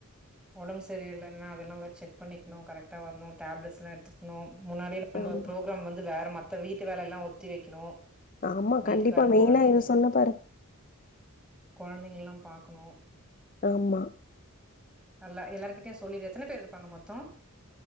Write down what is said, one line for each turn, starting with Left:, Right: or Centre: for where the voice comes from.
Centre: உடம்பு சரியில்லன்னா அதெல்லாம் வேற செக் பண்ணிக்கனு கரெக்ட வரணும் டேப்லெட்ஸ்லா எடுத்துக்கணும் முன்னாடிய நம்ம
Left: ஆமா,
Centre: ப்ரோக்ராம் வந்து வேற மா மத்த வீட்டு வேலையெல்லாம் ஒத்தி வைக்கணும்
Left: ஆமா
Centre: வீட்டுக்காரு
Left: கண்டிப்பா மெயினா
Centre: கொழந்தைங்கள
Left: இது சொன்ன பாாரு
Centre: கெழந்தைங்கள்லாம் பாக்கணும்
Left: ஆமா
Centre: அல்ல எல்லார்கிட்டயும் சொல்லிடு எத்தனை பேர் இருப்பாங்க மொத்தம்